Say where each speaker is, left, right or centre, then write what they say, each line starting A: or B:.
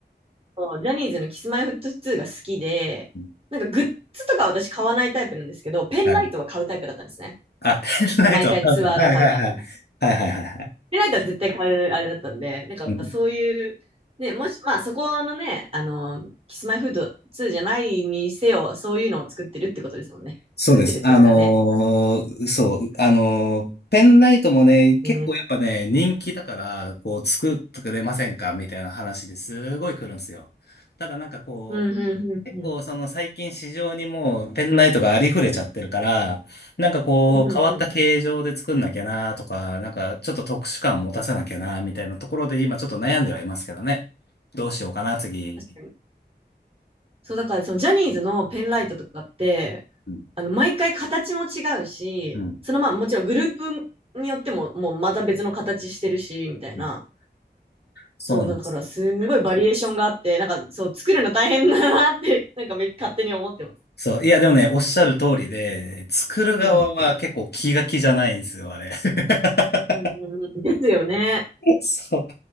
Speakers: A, on the right; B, on the left.
A: そうジャニーズのキスマイフット2が好きで、
B: うん
A: なんかグッズとか私買わないタイプなんですけど、ペンライトは買うタイプだったんですね。
B: はいあ、ペンライト、
A: 毎回ツアーで買うみたいな。
B: パンダ。はいはいはい。はいはいはいはい。
A: ペンライトは絶対買うあれだったんで、なんかそういう、
B: うん。
A: ね、もし、まあ、そこのね、あの、キスマイフット2じゃないにせよ、そういうのを作ってるってことですもんね。
B: そうです。
A: 作ってるっていうかね。
B: あのーそう、あのーペンライトもね、結構やっぱね、
A: ね
B: 人気だから、こう、作ってくれませんかみたいな話ですごい来るんですよ。ただなんかこ
A: うん、うん、うん、
B: う、結構その最近市場にもうペンライトがありふれちゃってるから、
A: うん。
B: なんかこう、
A: うんうんうん
B: 変わった形状で作んなきゃなとか、なんかちょっと特殊感を持たせなきゃなみたいなところで今ちょっと悩んではいますけどね。どうしようかな、次。
A: 確かにそう、だからそのジャニーズのペンライトとかって、
B: うん
A: あの、毎回形も違うし、
B: うん
A: そのまあもちろんグループによってももうまた別の形してるし、みたいな。
B: うんそうなんです
A: そう、だからすんごいバリエーションがあって、なんかそう、作るの大変だなって、なんかめ勝手に思ってます。
B: そう。いや、でもね、おっしゃる通りで、作る側は結構気が気じゃないんですよ、
A: うん。うん
B: あれ。<laughs>
A: うんうん、ですよね。
B: そう。